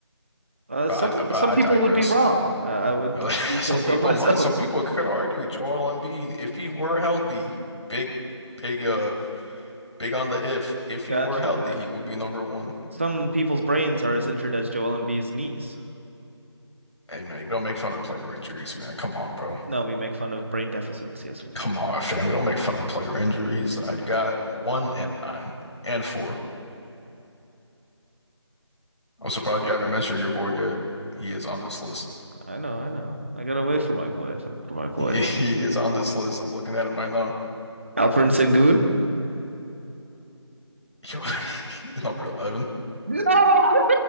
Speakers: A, on the right; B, on the left.
A: Uh,
B: but
A: some
B: I, but
A: some
B: I
A: people
B: digress.
A: would be wrong. Uh, I would
B: You know,
A: d-
B: <laughs>
A: do
B: some
A: say
B: people
A: so <laughs> myself.
B: might, some people could argue Joel Embiid, if he were healthy, big, big, uh, big on the if. If he
A: Got
B: were healthy,
A: you, got
B: he would
A: you.
B: be number one.
A: Some people's brains are as injured as Joel Embiid's knees.
B: Hey man, we don't make fun of player injuries, man. Come on, bro.
A: No, we make fun of brain deficits. Yes, we do.
B: Come on, fam. We don't make fun of player injuries. Uh, you got one and nine and four. I'm surprised you haven't mentioned your boy yet. He is on this list.
A: I know, I know. I gotta wait for my boy. For my boy.
B: He, he is on this list. I'm looking at him right now.
A: Alfred Sengun?
B: Yo, <laughs> he's number 11.
A: No.